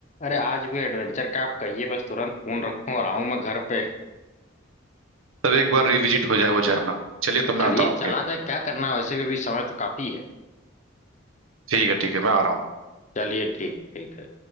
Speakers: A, on the left; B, on the right.
A: अरे आज भी एडवेंचर का आप कहिए बस तुरंत फोन रखूं और आऊं मैं घर पे
B: तब एक बार रिविजिट हो जाए वो झरना चलिए तो मैं
A: चलिए
B: आता हूँ आपके
A: चला
B: यहाँ
A: जाए क्या करना है वैसे भी अभी समय तो काफी है
B: ठीक है ठीक है मैं आ रहा हूँ
A: चलिए ठीक ठीक है